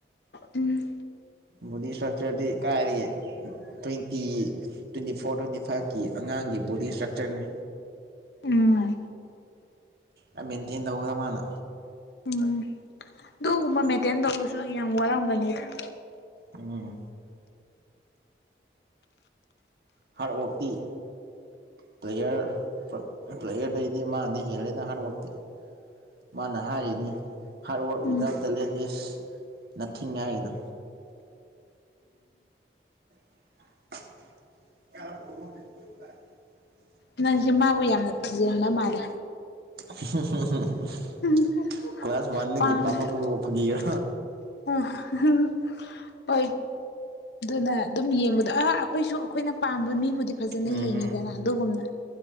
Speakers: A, on the left; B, on the right.
A: ꯎꯝ
B: ꯕꯣꯗꯤ ꯏꯁꯇ꯭ꯔꯛꯆꯔꯗꯤ ꯀꯥꯏꯔꯤꯌꯦ ꯇ꯭ꯋꯦꯟꯇꯤ ꯇ꯭ꯋꯦꯟꯇꯤ ꯐꯣꯔ ꯇ꯭ꯋꯦꯟꯇꯤ ꯐꯥꯏꯚꯀꯤ ꯑꯉꯥꯡꯒꯤ ꯕꯣꯗꯤ ꯏꯁꯇ꯭ꯔꯛꯆꯔꯅꯤ
A: ꯎꯝ
B: ꯑꯥ ꯃꯦꯟꯇꯦꯟ ꯇꯧꯕꯗ ꯃꯥꯅ
A: ꯎꯝ ꯑꯗꯨꯒꯨꯝꯕ ꯃꯦꯟꯇꯦꯟ ꯇꯧꯕꯁꯨ ꯌꯥꯝ ꯋꯥꯔꯝꯒꯅꯤꯗ <inaudible>
B: ꯎꯝ ꯍꯥꯔꯠ ꯋꯥꯔꯇꯤ ꯄ꯭ꯂꯦꯌꯔ ꯄ꯭ꯂꯦꯌꯔꯗꯩꯗꯤ ꯃꯥꯅꯗꯤ ꯍꯦꯜꯂꯦ ꯍꯥꯔꯗ ꯋꯥꯔꯛꯇꯤ ꯃꯥꯅ ꯍꯥꯏꯔꯤꯅꯤ hard work
A: um
B: without talent is nothing ꯍꯥꯏꯅꯤ <inaudible>
A: ꯅꯪꯁꯦ ꯃꯥꯕꯨ ꯌꯥꯝꯅ ꯊꯤꯖꯤꯟꯕ ꯃꯥꯂꯦ
B: <unintelligible>
A: <inaudible>
B: ꯀ꯭ꯂꯥꯁ ꯋꯥꯟꯗꯒꯤ
A: ꯑ <unintelligible>
B: ꯄꯥꯝꯃꯛꯄꯕꯨ ꯐꯥꯒꯤꯔꯣ
A: ꯍꯣꯏ ꯑꯗꯨꯅ ꯑꯗꯨꯝ ꯌꯦꯡꯕꯗ ꯑ ꯑꯩꯈꯣꯏꯁꯨ ꯑꯩꯈꯣꯏꯅ ꯄꯥꯝꯕ ꯃꯤꯕꯨꯗꯤ ꯐꯖꯅ
B: ꯎꯝ
A: ꯌꯦꯡꯉꯤꯗꯅ
B: ꯎꯝ
A: ꯑꯗꯨꯒꯨꯝꯅ